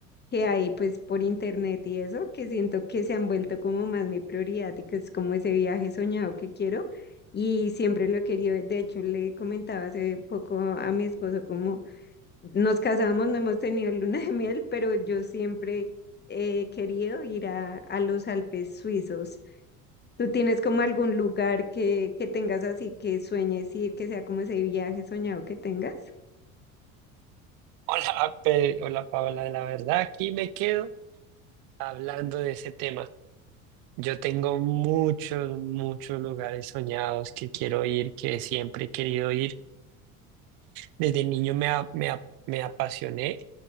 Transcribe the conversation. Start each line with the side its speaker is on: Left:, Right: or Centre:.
Left: que hay pues por internet y eso, que siento que se han vuelto como más mi prioridad y que es como ese viaje soñado que quiero y siempre lo he querido. De hecho, le comentaba hace poco a mi esposo como nos casamos, no hemos tenido luna de miel, pero yo siempre he querido ir a, a los Alpes suizos. ¿Tú tienes como algún lugar que, que tengas así que sueñes ir, que sea como ese viaje soñado que tengas?
Right: Hola, Pe- hola Paola, la verdad aquí me quedo hablando de ese tema. Yo tengo muchos, muchos lugares soñados que quiero ir, que siempre he querido ir. Desde niño me, a- me, a- me apasioné